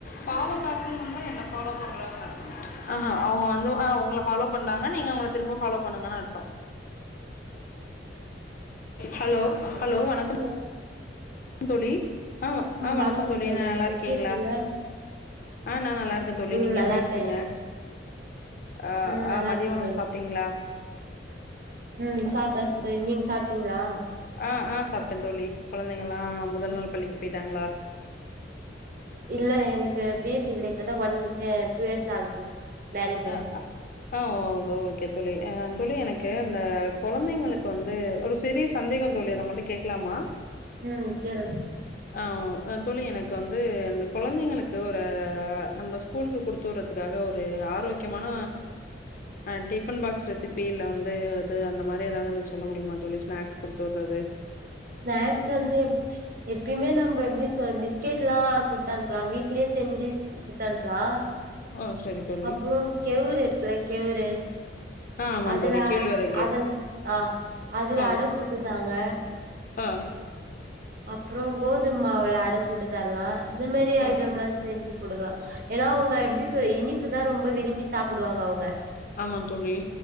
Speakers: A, on the left (about 50°); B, on the right (about 50°).
A: Follow <unintelligible> இருந்தா என்ன follow பண்றதுண்ணு அர்த்தமா ஆஹா அவுங்க வந்து ஆ உங்கள ஃபாலோ பண்றாங்க நீங்க அவங்கள திரும்ப ஃபாலோ பண்ணுங்கன்னு அர்த்தோ ஹலோ ஹலோ வணக்கம்
B: <unintelligible>
A: தோழி ஆ
B: ம்
A: ஆ வணக்கம் தோழி நல்லா இருக்கீங்களா
B: எப்டி இருக்கீங்க
A: ஆ நா நல்லாருக்க தோழி
B: ம்
A: நீங்க
B: நல்லா
A: எப்படி
B: இருக்கே
A: இருக்கீங்க அ
B: ம் நல்லா
A: ஆ மதிய
B: இருக்கே
A: உணவு
B: தோழி
A: சாப்ட்டீங்களா
B: ம் சாப்ட்டாச்சு தோழி நீங்க சாப்ட்டீங்களா
A: அ அ சாப்ட்ட தோழி கொழந்தைங்கல்லா முதல்
B: ம்.
A: நாள் பள்ளிக்கு போயிட்டாங்களா
B: இல்ல எனக்கு பேபி இல்ல இப்பதா ஒன் ட டூ இயர்ஸ் ஆகுது மேரேஜ்
A: <unintelligible>
B: ஆயி
A: அ ஓ ஓகே தோழி அ தோழி எனக்கு அந்த கொழந்தைங்களுக்கு வந்து ஒரு <unintelligible> பெரிய சந்தேகம் தோழி அத உங்கள்ட கேக்கலாமா
B: ம் கேளுங்க
A: ஆ அ தோழி எனக்கு வந்து இந்த கொழந்தைங்களுக்கு ஒரு நம்ப ஸ்கூல்க்கு குடுத்துவுடுறத்துக்காக ஒரு ஆரோக்கியமான அ டிஃபன் ஃபாக்ஸ் ரெசிபி இல்ல வந்து அது அந்த மாரி எதாவது எனக்கு சொல்ல முடியுமா தோழி ஸ்னாக்ஸ் குடுத்துடுறது
B: ஸ்னாக்ஸ் வந்து எப் எப்பயுமே நம்ப எப்டி சொல் பிஸ்கெட்லா குடுத்து அனுப்பலா வீட்லே செஞ்சி குத் அனுப்பலா
A: ஆ சரி தோழி.
B: அப்பறோ கேவுரு இருக்குல்ல கேவுரு
A: ஆ ஆமா
B: அதுல
A: தோழி. கேழ்வரகு.
B: அதல் ஆ அதுல
A: ஆ
B: அட சுட்டு தாங்க
A: ஆ
B: அப்பறோ கோதும் மாவுல அட சுட்டு தரலா இந்த மாரி
A: ஆ
B: ஐட்டம்லா செஞ்சி குடுங்க ஏன்னா அவுங்க எப்டி சுவை இனிப்புதா ரொம்ப விரும்பி சாப்புடுவாங்க அவுங்க
A: ஆமா தோழி